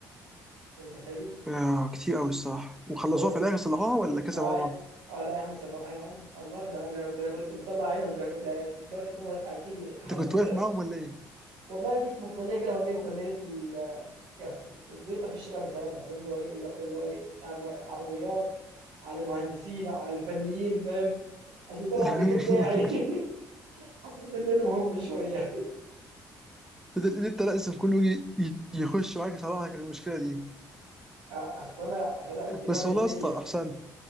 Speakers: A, on the right (about 85°); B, in the centre.
A: أنت متخيل؟
B: آه كتير قوي الصراحه وخلصوها
A: عود-
B: في الاخر صلحوها ولا كذا
A: اه
B: مره
A: اه لا يا عم صلحوها يا عم الله ده انا ده كنت مطلع عينهم ده ده لدرجه ان هو اكيد اتحركوا
B: انت كنت
A: كده
B: واقف معاهم ولا ايه؟
A: والله جيت من الكليه كده وانا جاي من كليه ال- الزيطه في الشارع بتاعنا فاهم اللي هو ايه اللي هو اللي هو ايه يعني مه- عربيات على مهندسين على الفنيين فاهم عشان يطلع
B: <laughs>
A: الذكر بتاعي <laughs> حسيت ان انا مهم شويه
B: بدل ان انت لازم كله يجي يخش معاك يصلح لك المشكله دي
A: أ- اصل انا اصل انا قلبت فعلا
B: بس والله
A: الدنيا
B: يا اسطى احسن